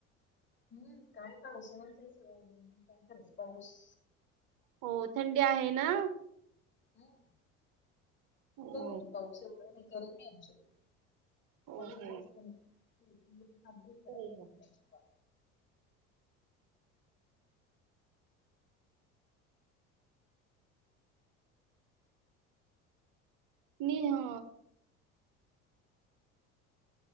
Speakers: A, on the left; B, on the right.
A: हम्म काय पाऊस स काय खरंच पाऊस.
B: हो थंडी आहे ना?
A: हम्म
B: हो
A: कमी पाऊस एवढा नाही गरम आम सुध. पाणी
B: ओके
A: जास्त नाही थांबले करायच
B: हो
A: मग त्यांची पा.
B: नि हा